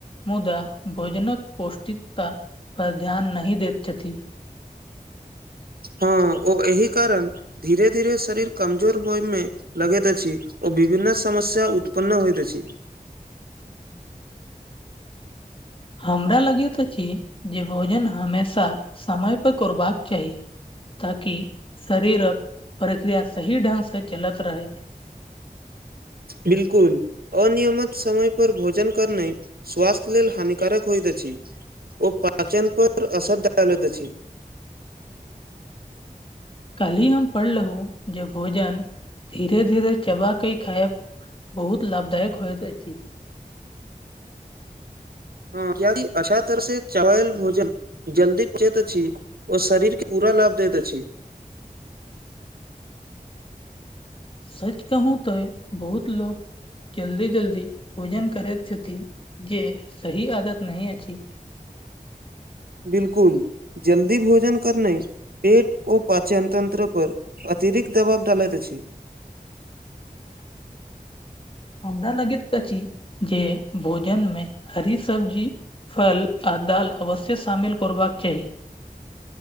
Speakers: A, on the left (about 35°); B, on the right (about 80°).
A: मुदा भोजनक पौष्टिकता पर ध्यान नहि दैत छथि
B: हँ ओ एहि कारण धीरे धीरे शरीर कमजोर होइमे लगैत अछि ओ विभन्न समस्या उत्पन्न होइत अछि
A: हमरा लगैत अछि जे भोजन हमेशा समय पर करबाक चाही ताकि शरीरक प्रक्रिया सही ढंग से चलत रहै
B: बिलकुल अनियमित समय पर भोजन करने स्वास्थ्य लेल हानिकारक होइत अछि ओ पाचन पर असर दालैत अछि
A: कल ही हम पढ़ रहु जेब भोजन धीरे धीरे चबाकै खायब बहुत लाभदायक होइत अछि
B: हँ क्याकि अच्छा तर से चवायल भोजन जल्दी पहुचैत अछि ओ शरीरके पूरा लाभ दैत अछि
A: सच कहू तो बहुत लोक जल्दी जल्दी भोजन करैत छथि जे सही आदत नही अछि
B: बिल्कुल जल्दी भोजन करने पेट ओ पाचन तन्त्र पर अतिरिक्त दबाब डालैत अछि
A: हमरा लगै देखी अछि जे भोजन मे हरी सब्जी फल और दाल अवश्य शामिल करबाक चाही